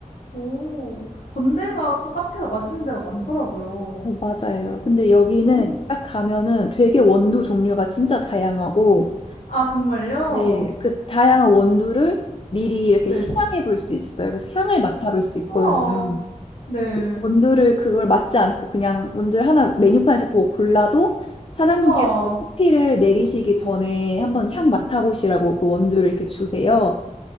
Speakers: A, on the left (about 70°); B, on the left (about 40°).
A: 오. 건대가 또 카페가 맛있는 데가 많더라고요.
B: 아, 맞아요. 근데 여기는
A: 오.
B: 딱 가면은 되게 원두 종류가 진짜 다양하고,
A: 아 정말요?
B: 네. 그 다양한 원두를 미리 이렇게
A: 네.
B: 시향해 볼 수 있어요. 그래서 향을 맡아볼 수 있거든요.
A: 우와. 네.
B: 원두를 그걸 맡지 않고 그냥 원두를 하나 메뉴판에서 보고 골라도 사장님께서
A: 우와.
B: 커피를 내리시기 전에 한번 향 맡아보시라고 그 원두를 이렇게 주세요.